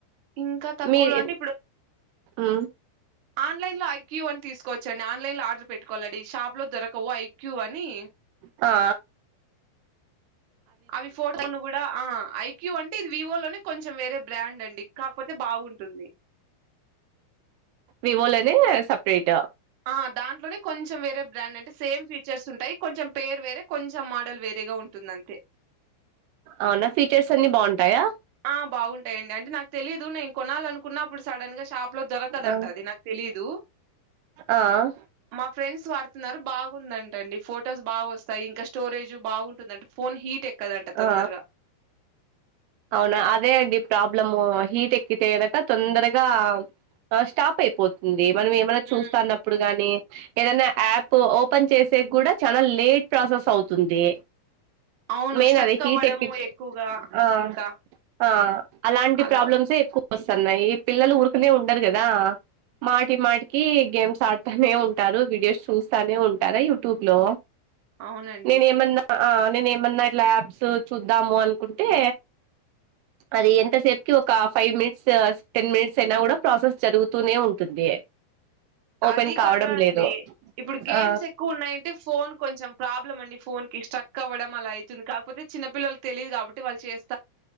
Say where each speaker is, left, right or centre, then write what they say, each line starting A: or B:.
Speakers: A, on the right; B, on the right.
A: ఇంకా తక్కువలో
B: మీది
A: అంటే
B: ఉ
A: ఆన్లైన్ లో ఐక్యూ అని తీసుకోవచ్చండి ఆన్లైన్ లో ఆర్డర్ పెట్టుకోవాలండి షాప్ లో దొరకవు ఐక్యూ అని
B: ఆ
A: అవి ఫోటోను కూడా ఆ ఐక్యూ అంటే ఇది వివో లోనే కొంచెం వేరే బ్రాండ్ అండి కాకపోతే బాగుంటుంది
B: వివో లోనే సెపరేట్
A: ఆ దాంట్లోనే కొంచెం వేరే బ్రాండ్ అంటే సేమ్ ఫీచర్స్ ఉంటాయి కొంచెం పేరు వేరే కొంచెం మోడల్ వేరేగా ఉంటుంది అంతే
B: అవునా ఫీచర్స్ అన్ని బాగుంటాయా
A: ఆ బాగుంటాయండి అంటే నాకు తెలీదు నేను కొనాలనుకున్నప్పుడు సడన్ గా షాప్ లో దొరకదు అంట
B: ఆ
A: అది నాక్ తెలీదు
B: ఆ
A: మా ఫ్రెండ్స్ వాడుతున్నారు బాగుందంట అండి ఫొటోస్ బాగు వస్తాయి ఇంకా స్టోరేజ్ బాగుంటుంది అంట ఫోన్ హీట్ ఎక్కదు అంట తొందరగా
B: ఆ అవునా అదే అండి ప్రాబ్లము హీట్ ఎక్కితే కనక తొందరగా ఆ స్టాప్ అయిపోతుంది మనం ఏం అన్నా
A: హ్మ్
B: చూస్తాన్న ఇప్పుడు గాని ఏదైనా యాప్ ఓపెన్ చేసే కూడా చాలా లేట్ ప్రాసెస్ అవుతుంది
A: అవును
B: మెయిన్
A: స్ట్రక్
B: ఆది హీట్
A: అవ్వడము
B: ఎక్కించి
A: ఎక్కువగా
B: ఆ
A: ఇంకా
B: ఆ అలాంటి
A: అలా
B: ప్రాబ్లమ్స్ ఏయ్ ఎక్కువ వస్తున్నాయి పిల్లలు ఊరుకనే ఉండరు కదా మాటి మాటికి గేమ్స్ ఆడుతానే ఉంటారు వీడియోస్ చూస్తూనే ఉంటారా యూట్యూబ్ లో
A: అవునండి
B: నేను ఏమన్నా నేను ఏమన్నా ఇట్ల యాప్స్ చూద్దాము అనుకుంటే అది ఎంతసేపుకి ఒక ఫైవ్ మినిట్స్ టెన్ మినిట్స్ అయినా కూడా ప్రాసెస్ జరుగుతూనే ఉంటుంది ఓపెన్
A: అది
B: కావడం
A: కాక అండి
B: లేదు
A: ఇప్పుడు గేమ్స్
B: ఆ
A: ఎక్కువ ఉన్నాయంటే ఫోన్ కొంచెం ప్రాబ్లం అండి ఫోన్ కి స్ట్రక్ కవ్వడం అలా అయితుంది కాకపోతే చిన్న పిల్లలకు తెలియదు కాబట్టి వాళ్ళు చేస్